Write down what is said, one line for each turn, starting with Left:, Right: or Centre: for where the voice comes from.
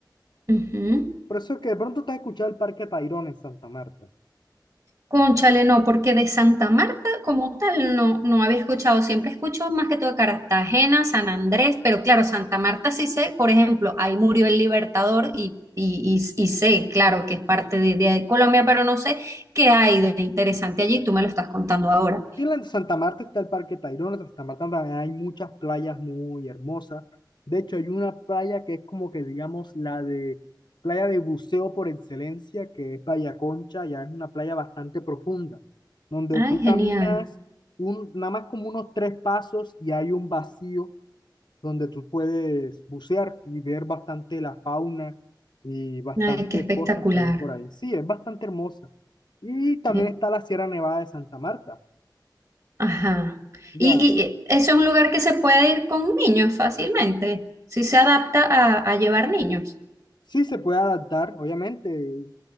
Right: ujú.
Left: Por eso es que de pronto te has escuchado el Parque Tayrona en Santa Marta.
Right: Cónchale, no, porque de Santa Marta como tal no, no había escuchado. Siempre escucho más que todo de Cartagena, San Andrés, pero claro, Santa Marta sí sé, por ejemplo, ahí murió el Libertador y, y, y, y sé, claro, que es parte de, de Colombia, pero no sé qué hay de interesante allí. Tú me lo estás contando ahora.
Left: Sí, en la Santa Marta está el Parque Tayrona, en Santa Marta también hay muchas playas muy hermosas. De hecho, hay una playa que es como que, digamos, la de playa de buceo por excelencia, que es Playa Concha, ya es una playa bastante profunda, donde
Right: Ay,
Left: tú caminas
Right: genial.
Left: un, nada más como unos tres pasos y hay un vacío donde tú puedes bucear y ver bastante la fauna y bastantes
Right: Ay, qué espectacular.
Left: cosas que hay por ahí. Sí, es bastante hermosa. Y también
Right: Qué-
Left: está la Sierra Nevada de Santa Marta.
Right: Ajá.
Left: Ya,
Right: Y, y eh, eso es un lugar que se puede ir con niños fácilmente, si se adapta a, a llevar niños.
Left: Sí, se puede adaptar, obviamente.